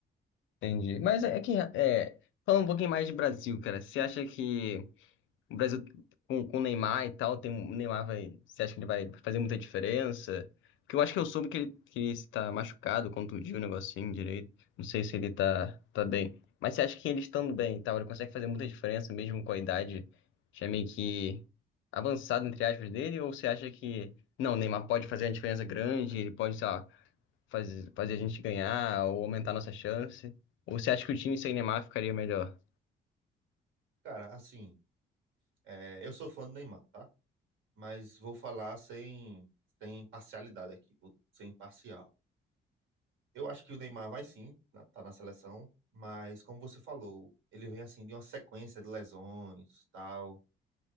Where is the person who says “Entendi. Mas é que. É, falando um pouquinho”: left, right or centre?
Left